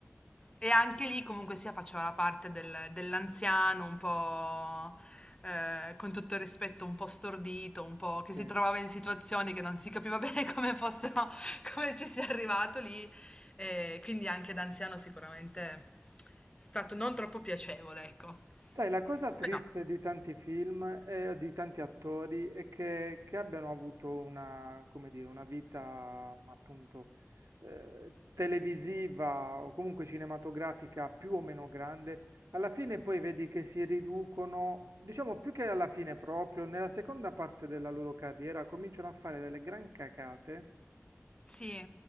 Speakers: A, on the left (about 20°); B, on the right (about 75°).
A: e anche lì comunque sia faceva la parte del dell'anziano un po', ehm, con tutto il rispetto, un po' stordito, un po' che
B: sì.
A: si trovava in situazioni che non si capiva <laughs> bene come fossero come ci sia arrivato lì. Ehm, quindi anche da anziano sicuramente è stato non troppo piacevole, ecco.
B: Sai, la cosa triste
A: Però
B: di tanti film e di tanti attori è che, che abbiano avuto una, come dire, una vita mm, appunto eh, televisiva o comunque cinematografica più o meno grande, alla fine poi vedi che si riducono, diciamo più che alla fine proprio, nella seconda parte della loro carriera cominciano a fare delle gran cacate.
A: sì.